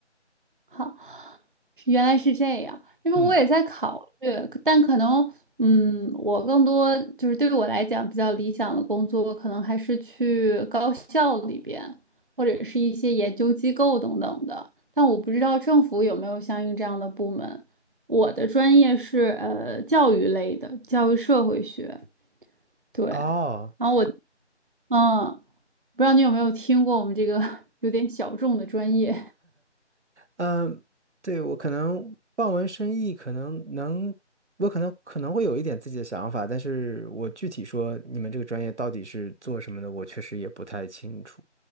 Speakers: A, on the right (about 45°); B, on the right (about 70°).
A: 好，原来是这样，因为我也在考虑，
B: 嗯，
A: 但可能，嗯，我更多就是对于我来讲比较理想的工作，可能还是去高校里边，或者是一些研究机构等等的。但我不知道政府有没有相应这样的部门。我的专业是呃教育类的，教育社会学。对，
B: 哦，
A: 然后我，嗯，不知道你有没有听过我们这个 <laughs> 有点小众的专业。
B: 嗯，对，我可能望文生意，可能能，我可能可能会有一点自己的想法，但是我具体说你们这个专业到底是做什么的，我确实也不太清楚。